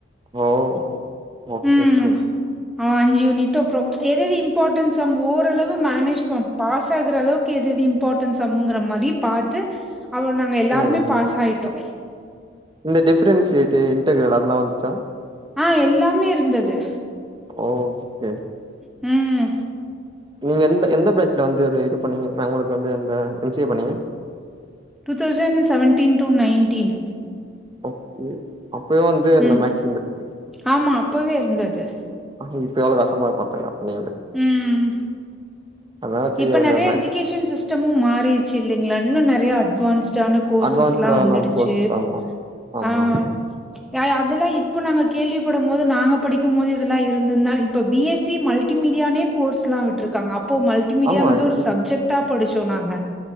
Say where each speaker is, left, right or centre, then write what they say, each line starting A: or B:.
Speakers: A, on the right (about 25°); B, in the centre.
A: ஓ ஓகே
B: ம்
A: கே
B: ஆ அஞ்சி யூனிட் அப்றோ எத எது இம்பார்ட்டன் ஸம் ஓரளவு மேனேஜ் போம் பாஸ் ஆகுற அளவுக்கு எதெதிம் பார்ட்டன்ஸ் சம்முங்குர மாதி பாத்து அவ நாங்க எல்லாருமே
A: ம் ம்
B: பாஸ் ஆயிட்டோ
A: இந்த டிஃப்ரன்சியேட்டு இன்டெக்ரல் அதெல்லா வந்துச்சா
B: ஆ எல்லாமே இருந்தது
A: ஓ ஓகே
B: ம்
A: நீங்க எந்த எந்த பேட்ச்ல வந்து அத இது பண்ணீங்க நா ஒங்ளுக்கு வந்து அந்த எம் சி ஏ பண்ணீங்க
B: two thousand seventeen two nineteen
A: okay அப்பயு வந்து அந்த
B: ம்
A: மேக்ஸ் சென்ட்டர்
B: ஆமா அப்பவே இருந்தது
A: ஆ இப்ப எவ்ளோ கஷ்டமாருக்கு பாத்துக்க அப்ப நீ
B: ம்
A: அதனால சரி
B: இப்ப
A: அதுல
B: நறயா
A: மேக்ஸ்
B: எஜுகேஷன் சிஸ்டமு மாறிர்ச்சு இல்லைங்ளா இன்னு நறயா அட்வான்ஸ்ட்டான கோர்ஸஸ்லா
A: அட்வான்ஸ்டா
B: வந்துடுச்சு
A: நம்ம கோர்சஸ் ஆமா ஆமா
B: ஆ யா யா அதுல்லா இப்ப நாங்க கேள்விப்படம்போது நாங்க படிக்கும்போது இதெல்லா இருந்துருந்தா இப்ப பி எஸ் சி மல் ட்டி மீடியானே கோர்ஸ்லா விட்ருக்காங்க அப்போ மல்டிமீடியாங்றது
A: ஆமா ஆமா
B: ஒரு சப்ஜெக்ட்டா படிச்சோ நாங்க